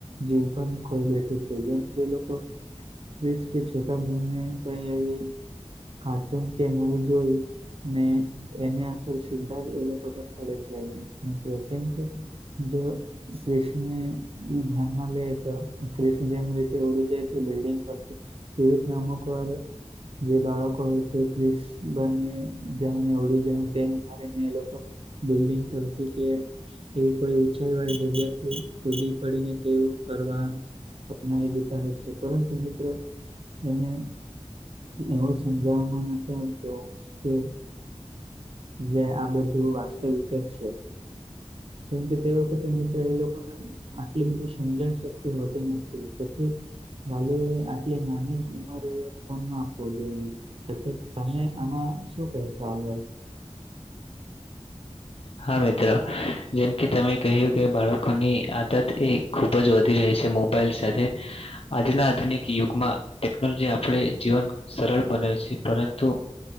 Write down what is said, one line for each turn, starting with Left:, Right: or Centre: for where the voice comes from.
Right: જીવ પણ ખોઈ બેઠે છે જેમ કે એ લોકો પ્રિસ કે છોટા ભીમની કોઈ એવી કાર્ટૂન કે મુવી જોયું ને એને અસર સીધા જ એ લોકો પર પડે છે મિત્રો કેમ કે જો ક્રિશ ને એ ધ્યાનમાં લે તો ક્રિષ જેમ રીતે ઉડી જાય છે બિલ્ડિંગ પરથી એવી જ નામ પર જે બાળકો હોય છે ક્રિશ બને જમને ઓડી જ ટેક ધારીને એ લોકો બિલ્ડિંગ કરે છે કે એવી કોઈ ઉંચાઈ વાળી જગ્યાથી ખુદી પડીને તેવું કરવાનું અપનાવી જતા હોય છે પરંતુ મિત્ર એને એવું સમજાવવામાં નથી આવતું કે જે આ બધું વાસ્તવિક જ છે કેમકે તે વખતે મિત્ર એ લોકોને આટલી બધી સમજણ શક્તિ હોતી નથી તેથી ભાઈઓ એ આટલી નાની જ ઉંમરે ફોન ના આપવો જોઈએ એટલે તમે આમાં શું કહેશો આગળ
Left: હા મિત્રો જેમ કે તમે કહ્યું કે બાળકોની આદત એ ખૂબ જ વધી રહી છે મોબાઈલ સાથે આજના આધુનિક યુગમાં ટેકનોલોજી આપણે જીવન સરળ બને છે પરંતુ